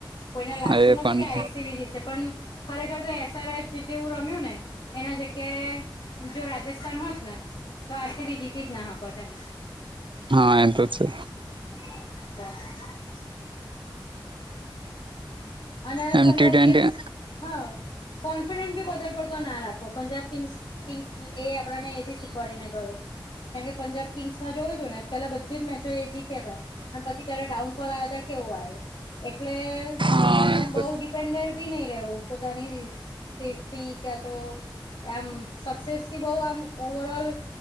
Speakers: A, on the left; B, on the right.
A: કોઈને લાગતું
B: એ
A: નતું
B: પણ
A: કે આર સી બી જીતશે પણ ખરેખર તો એસઆરએચ જેવું રમ્યું ને એના જગ્યાએ જો રાજસ્થાન હોત ને તો આર સી બી જીતી જ ના હકો ત એમ
B: હા એ તો છે
A: <inaudible> અને
B: એમ
A: પંજાબ
B: ટી ટ્વેન્ટી
A: કિગસ હા કોન્ફિડન્સ ભી વધારે પડતો ના રાખો પંજાબ કિંગ્સ કિંગ્સ એ આપણાને એ બી શીખવાડી ને ગયું કેમ કે પંજાબ કિંગ્સ માં જોયું તું ને પેલા બધી જ મેચો એ જીત્યા હતા અને પછી જયારે ડાઉનફોલ આવ્યો ત્યારે કેવો આવ્યો એટલે
B: હા
A: આમ
B: એ તો
A: બહુ ડિપેન્ડેડ ભી નહી રહવું પોતાની સેફ્ટી ક તો એમ સક્સેસથી બહુ આમ ઓવર ઓલ